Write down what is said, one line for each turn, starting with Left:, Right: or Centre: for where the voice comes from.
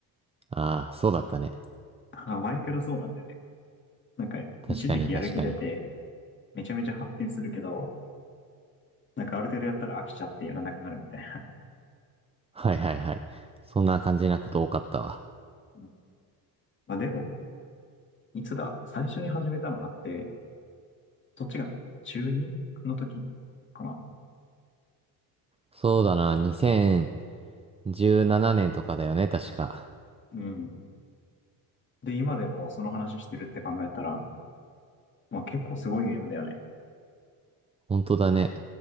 Right: ああ、そうだったね。
Left: あ、マイクラそうなんだよね。なんか、
Right: 確かに確かに。
Left: 一時期やる気出て、めちゃめちゃ発展するけど、なんかある程度やったら飽きちゃってやらなくなるみたいな。
Right: はいはいはい。そんな感じなこと多かったわ。
Left: <laughs> うんまあでも、いつだ、最初に始めたのだって、そっちが中2の時かな。
Right: そうだな、2017年とかだよね、確か。
Left: うん。で、今でもその話してるって考えたら、まあ結構すごいゲームだよね。
Right: 本当だね。